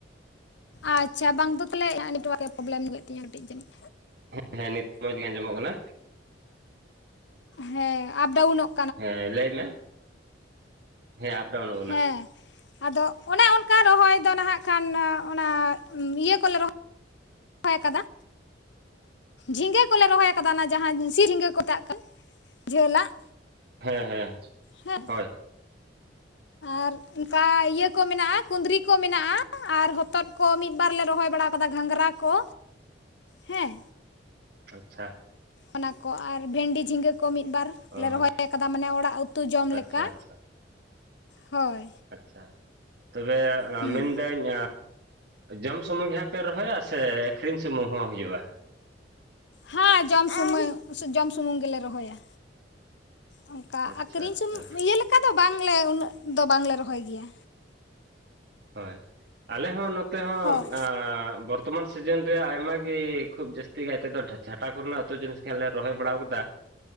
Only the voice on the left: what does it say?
ᱟᱪᱷᱟ ᱵᱟᱝ ᱫᱚ ᱛᱟᱦᱞᱮ ᱱᱮᱴᱣᱟᱨᱠ ᱮ ᱯᱨᱚᱵᱞᱮᱢ ᱦᱩᱭᱩᱜ ᱛᱤᱧᱟᱹ ᱠᱟᱹᱴᱤᱡ ᱡᱟᱹᱱᱤᱡ
ᱦᱮᱸ ᱟᱯ ᱰᱟᱣᱩᱱᱚᱜ
ᱦᱮᱸ ᱟᱫᱚ ᱚᱱᱮ ᱚᱱᱠᱟ ᱨᱚᱦᱚᱭ ᱫᱚ ᱱᱟᱦᱟᱜ ᱠᱷᱟᱱ ᱚᱱᱟ ᱤᱭᱟᱹ ᱠᱚᱞᱮ ᱨᱚᱦᱚᱭ ᱦᱚᱭ ᱟᱠᱟᱫᱟ ᱡᱷᱤᱸᱜᱟᱹ ᱠᱚᱞᱮ ᱨᱚᱦᱚᱭ ᱠᱟᱫᱟ ᱚᱱᱟ ᱡᱟᱦᱟᱸ ᱥᱤᱨ ᱡᱷᱤᱸᱜᱟᱹ ᱠᱚᱛᱟᱜ ᱠᱟᱱ ᱡᱷᱟᱹᱞᱟᱜ
ᱦᱮᱸ
ᱟᱨ ᱚᱱᱠᱟ ᱤᱭᱟᱹ ᱠᱚ ᱢᱮᱱᱟᱜᱼᱟ ᱠᱩᱸᱫᱽᱨᱤ ᱠᱚ ᱢᱮᱱᱟᱜᱼᱟ ᱟᱨ ᱦᱚᱛᱚᱫ ᱠᱚ ᱢᱤᱫ ᱵᱟᱨ ᱞᱮ ᱨᱚᱦᱚᱭ ᱵᱟᱲᱟ ᱟᱠᱟᱫᱟ ᱜᱷᱟᱸᱝᱨᱟ ᱠᱚ ᱦᱮᱸ
ᱚᱱᱟ ᱠᱚ ᱟᱨ ᱵᱷᱮᱱᱰᱤ ᱡᱷᱤᱸᱜᱟᱹ ᱠᱚ ᱢᱤᱫᱵᱟᱨ
ᱞᱮ ᱨᱚᱦᱚᱭ ᱠᱟᱫᱟ ᱢᱟᱱᱮ ᱚᱲᱟᱜ ᱩᱛᱩ ᱡᱚᱢ
ᱞᱮᱠᱟ
ᱦᱳᱭ
ᱦᱩᱸ
ᱦᱮᱸ ᱡᱚᱢ ᱥᱩᱢ ᱡᱚᱢ ᱥᱩᱢᱩᱝ ᱜᱮᱞᱮ ᱨᱚᱦᱚᱭᱟ ᱚᱱᱠᱟ
ᱟᱹᱠᱷᱨᱤᱧ
ᱥ ᱤᱭᱟᱹ ᱞᱮᱠᱟ ᱫᱚ ᱵᱟᱝᱞᱮ ᱩᱱᱟᱹᱜ ᱫᱚ ᱵᱟᱝᱞᱮ ᱨᱚᱦᱚᱭ ᱜᱮᱭᱟ
ᱦᱳᱭ